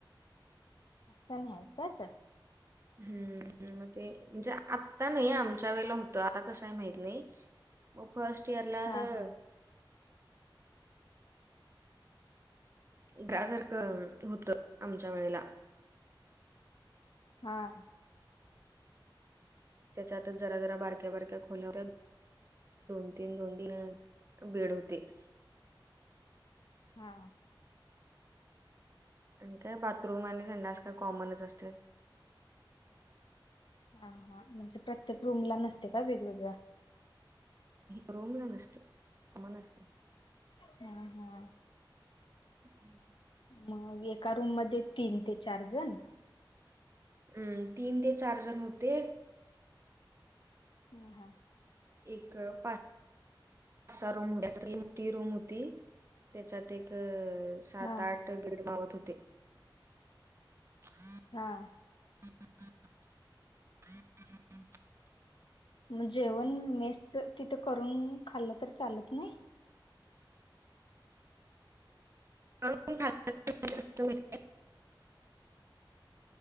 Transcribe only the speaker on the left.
असं नाहीं त्यां तरं
हा
हा
हां
हां
हं हां म्हणजे प्रत्येक रूंम लां नसते कां वेगवेगळ्यां
हां हां
मग एका रूम मध्ये तीन ते चार जण
हम्म हा
हा हा
हा
मग जेवण मेसच तिथं करून खाल्लं तर चालत नाही?